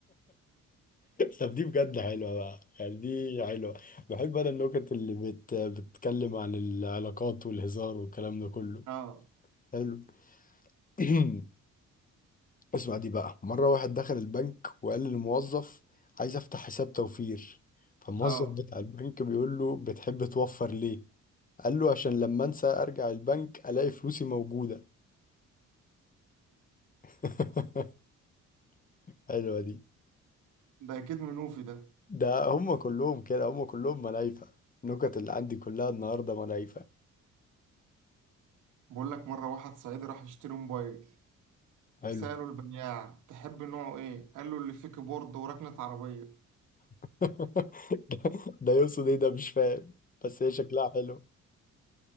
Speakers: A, on the left; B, on the right.
A: طب دي بجد حلوة بقى يعني دي حلوة بحب انا النكت اللي بت... بتتكلم عن العلاقات والهزار والكلام ده كله
B: آه
A: حلو <clears throat> اسمع دي بقى مرة واحد دخل البنك وقال للموظف عايز افتح حساب توفير فالموظف
B: آه
A: بتاع البنك بيقول له بتحب توفر ليه قال له عشان لما انسى ارجع البنك الاقي فلوسي موجودة <laughs> حلوة دي
B: ده أكيد منوفي ده
A: ده هم كلهم كده هم كلهم ملايفة النكت اللي عندي كلها النهاردة ملايفة
B: بقول لك مرة واحد صعيدي راح يشتري موبايل
A: حلو
B: سألوا البياع تحب نوعه إيه؟ قال له اللي فيه كيبورد وركنة عربية
A: <laughs> ده ده يقصد ايه ده مش فاهم بس هي شكلها حلو